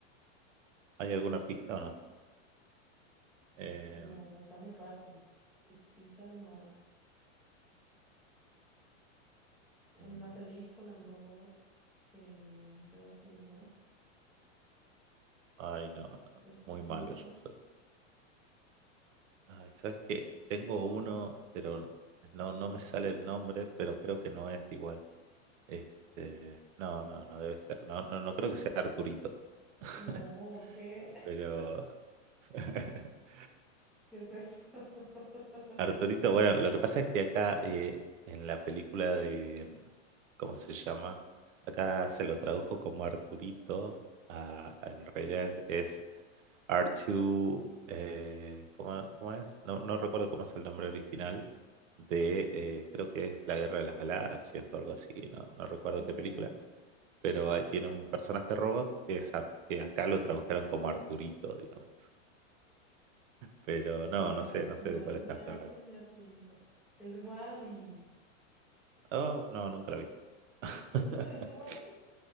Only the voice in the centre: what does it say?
No, está muy fácil. Pi- Pistas no hay. En
una película, un robot que limpia basura.
Es chiquito.
Oh,
no, ¿qué? <laughs>
¿Qué es eso? <laughs>
No,
no,
no es,
no
es
ni Arthur
ni Arturito. Es Wally.
¿Nunca te dice Wally?